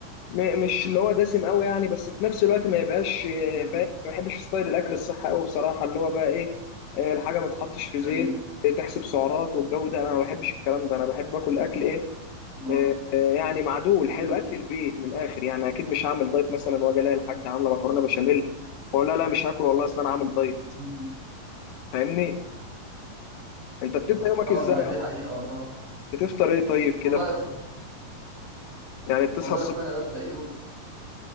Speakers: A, on the left (about 75°); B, on the right (about 90°).
A: م- مش اللي هو دسم قوي يعني بس في نفس الوقت ما يبقاش آه،
B: مم.
A: فاهم ما بحبش ستايل الاكل الصحي قوي بصراحه اللي هو بقى ايه آه، الحاجه ما تحطش في زيت
B: ايوه
A: آه، تحسب سعرات والجو ده انا ما بحبش الكلام ده انا بحب اكل اكل ايه
B: ما.
A: آه، آه، يعني معدول
B: مم.
A: حلو اكل البيت من الاخر يعني اكيد مش هعمل دايت مثلا واجي الاقي الحاجه عامله مكرونه بشاميل واقول لا لا مش هاكل والله اصل انا عامل دايت
B: مم.
A: فاهمني انت بتبدا يومك
B: اه
A: ازاي
B: والله دي
A: اصلا
B: حقيقه والله
A: بتفطر ايه طيب كده
B: والله
A: بتص...
B: يا اخو
A: يعني بتصحى
B: والله
A: الصبح
B: يا اخويا انا ببدا يوم